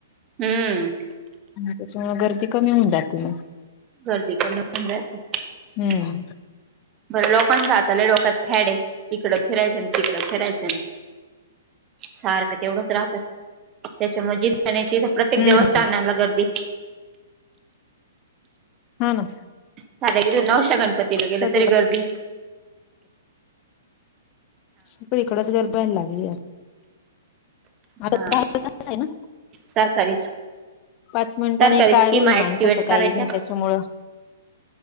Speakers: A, on the right; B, on the left.
A: हम्म
B: त्याच्या गर्दी कमी होऊ जाते नाग
A: गर्दी कमी होऊ
B: हम्म
A: बर लोकां सातालाय लोकत फॅडे तिकडडे फिरायचं आणि तिकड फिरायचं सारखं तेवढंच राहतात त्याच्यामध्येज तिथं प्रत्येक
B: हम्म
A: देवस्थानाला गर्दी
B: हा ना
A: सा इथ नवशा गणपती लागेल
B: सगळे
A: तरी गरदी
B: सगळी इकडच गरदायला लागली यार
A: हा
B: आताच आहे ना
A: सरकारी
B: पाच मिनिट
A: सरकारी
B: आणि काय
A: स्कीमा
B: होईल माणसाचं
A: ऍक्टिवेट
B: काही
A: करायच्या
B: नाही त्याच्यामुळं